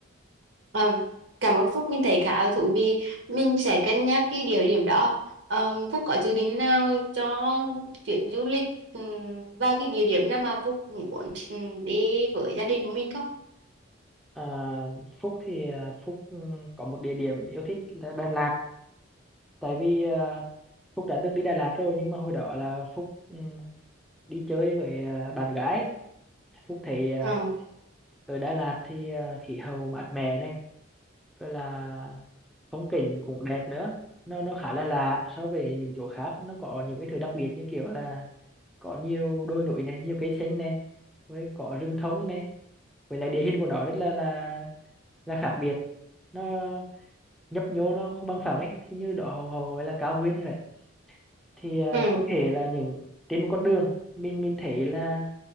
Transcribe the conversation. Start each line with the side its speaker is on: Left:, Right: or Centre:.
Right: ờ, Cảm ơn Phúc, mình thấy khá là thú vị. Mình sẽ cân nhắc cái địa điểm đó. Ờ, Phúc có dự định nào cho chuyến du lịch ừm, và cái địa điểm nào mà Phúc muốn ừm, đi với gia đình của mình không?
Centre: à, Phúc thì à, Phúc ừ, có một địa điểm yêu thích là Đà Lạt tại vì à, Phúc đã từng đi Đà Lạt rồi nhưng mà hồi đó là Phúc ừ, đi chơi với à, bạn gái Phúc thấy à,
Right: Ừ.
Centre: ở Đà Lạt thì à, khí hậu mát mẻ này rồi là phong cảnh cũng đẹp nữa nó nó khá là lạ so với những chỗ khác nó có những cái thứ đặc biệt như kiểu là có nhiều đồi núi này nhiều cây xanh này với có rừng thông này với lại địa hình của nó rất là là là khác biệt nó nhấp nhô nó không bằng phẳng ấy thì như đó họ họ gọi là cao nguyên thì vậy thì à,
Right: Ừ.
Centre: có thể là những trên một con đường mình mình thấy là